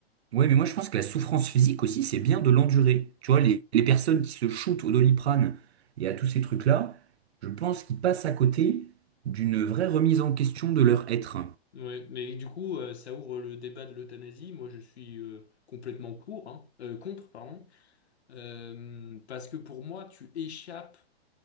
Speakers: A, on the right; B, on the left.
A: Oui, mais moi je pense que la souffrance physique aussi, c'est bien de l'endurer. Tu vois, les, les personnes qui se shootent au Doliprane et à tous ces trucs-là, je pense qu'ils passent à côté d'une vraie remise en question de leur être.
B: Ouais, mais du coup, euh, ça ouvre le débat de l'euthanasie. Moi, je suis euh, complètement pour, hein, euh, contre, pardon, Euh, parce que pour moi, tu échappes